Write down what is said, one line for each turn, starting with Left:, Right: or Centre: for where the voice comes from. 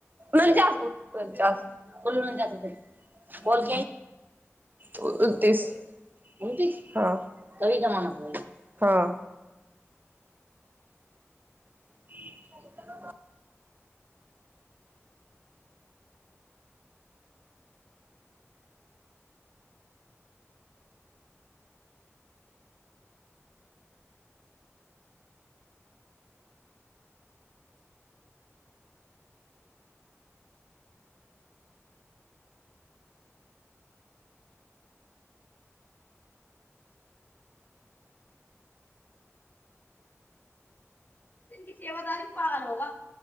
Right: उनचास बल बोल उंतिस <unintelligible> हँ क जमा हँ <unintelligible>
Left: इ सेवादारी पालन होगा